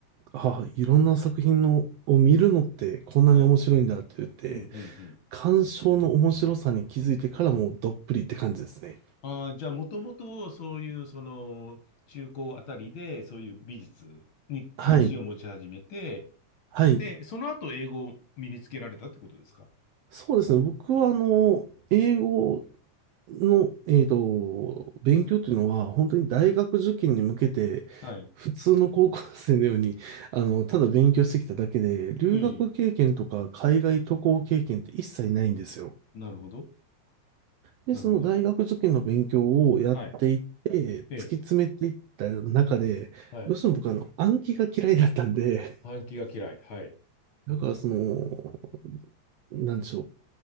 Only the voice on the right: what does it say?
ああ、いろんな作品のを見るのってこんなに面白いんだって言って、
鑑賞の面白さに気づいてからもうどっぷりって感じですね。
はい。はい。
そうですね。僕はあの、英語の、えっと、勉強というのは本当に大学受験に向けて普通の高校生のように、
あの、ただ勉強してきただけで、留学経験とか海外渡航経験って一切ないんですよ。
で、
その大学受験の勉強をやっていって、
突き詰めていった中で、
どうしても僕あの、暗記が嫌いだったんで、
だからその、なんでしょ